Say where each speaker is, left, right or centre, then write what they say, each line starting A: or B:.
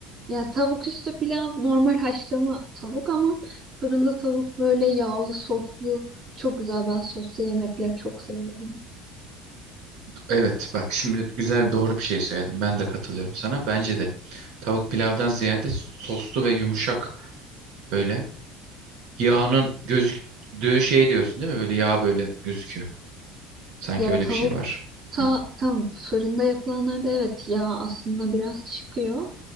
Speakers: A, on the right; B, on the right.
A: Ya tavuk üstü pilav normal haşlama tavuk ama fırında tavuk böyle yağlı soslu çok güzel. Ben soslu yemekler çok seviyorum.
B: Evet bak şimdi güzel doğru bir şey söyledin. Ben de katılıyorum sana. Bence de tavuk pilavdan ziyade soslu ve yumuşak böyle yağının gözüktüğü şey diyorsun değil mi? Böyle yağ böyle gözüküyor. Sanki
A: Ya
B: öyle
A: tavukta
B: bir şey var. Hı.
A: tam fırında yapılanlarda evet yağ aslında biraz çıkıyor.